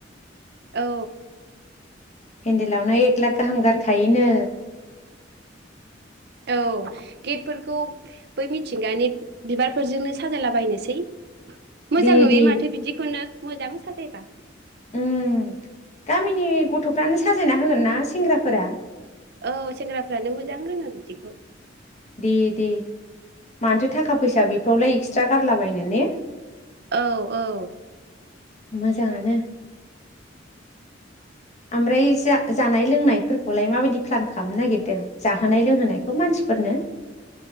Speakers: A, on the right (about 60°); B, on the left (about 40°).
A: औ
B: पेन्देलावनो एक लाख गाहाम गारखायोनो
A: औ गेटफोरखौ बै मिथिंगानि बिबारफोरजोंनो साजायलाबायनोसै मोजां
B: दे
A: नुयो
B: दे
A: माथो बिदिखौनो मोजां साजायबा
B: उम गामिनि गथ'फ्रानो साजायना होगोनना सेंग्राफोरा
A: औ सेंग्राफ्रानो मोजां रोङो बिदिखौ
B: दे दे मानोाथो थाखा फैसा बेफोरावलाय एक्सट्रा गारलाबायनो ने
A: औ औ
B: मोजाङानो ओमफ्राय जा जानाय लोंनायफोरखौलाय माबायदि प्लान खालामनो नागिरदों जाहोनाय लोंहोनायखौ मानसिफोरनो?